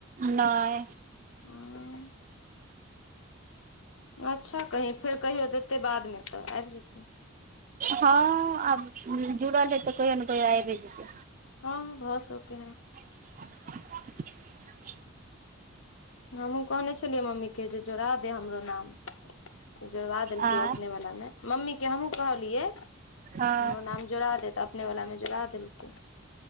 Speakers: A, on the right; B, on the left.
A: नहि
B: उं अच्छा, कहीं फेर कहियो देतै, बादमे तऽ आबि जेतै।
A: हँ, आब जुड़ल है तऽ कहियो ने कहियो आइबे जेतै।
B: हँ, भऽ सकै है।
A: <unintelligible>
B: हमहूँ कहले छलियै मम्मीके जे जोड़ा दे हमर नाम। जोड़बा देलकै
A: आ
B: अपने वला मे। मम्मीके हमहूँ कहलियै। तऽ
A: हँ
B: हमरो नाम जोड़ा दे तऽ अपने वला मे जोड़ा देलकै।